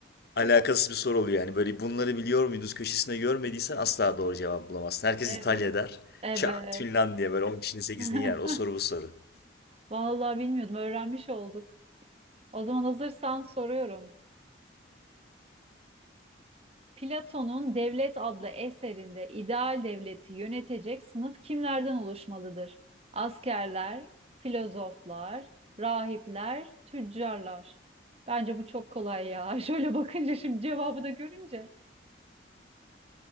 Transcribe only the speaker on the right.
Evet.
Evet.
<laughs>
Vallahi bilmiyordum. Öğrenmiş olduk. O zaman hazırsan soruyorum. Platon'un Devlet adlı eserinde ideal devleti yönetecek sınıf kimlerden oluşmalıdır? Askerler, filozoflar, rahipler, tüccarlar. Bence bu çok kolay ya. <laughs> Şöyle bakınca şimdi cevabı da görünce.